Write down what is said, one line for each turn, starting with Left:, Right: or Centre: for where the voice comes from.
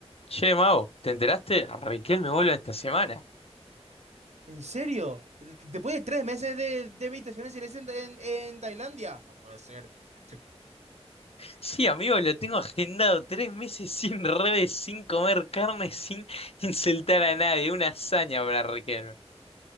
Left: Che, Mau, ¿te enteraste? Raquel me vuelve esta semana.
Right: ¿En serio? D- Después de tres meses de, de meditaciones en, en, en Tailandia. No puede ser. Sí,
Left: Sí, amigo, lo tengo agendado tres meses sin redes, sin comer carne, sin <laughs> insultar a nadie. Una hazaña para Raquel.